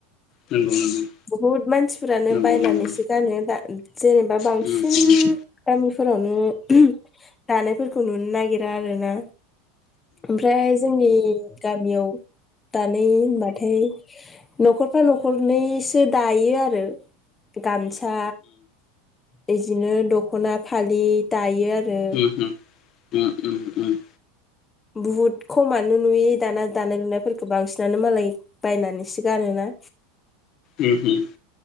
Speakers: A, on the left (about 50°); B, on the left (about 20°).
A: नंगौ नंगौ
B: बुहुद मानसिफोरानो
A: नंगौ
B: बायनानैसो
A: नंगौ
B: गानो दा जेनेबा बांसिन
A: नंगौ
B: गामिफोरावनो। <inaudible> दानायफोरखौ नुनो नागिरा आरो ना? ओमफ्राय जोंनि गामियाव दानाय होनबाथाय न'खरफ्रा न'खरनैसो दायो आरो। गामसा। बिदिनो दख'ना, फालि दायो। आरो
A: उम होम। उम उम उम
B: बहुद खमानो नुयो दाना दानाय लुनायफोरखौ बांसिनानो मालाय बायनानैसो गानोना।
A: उम उम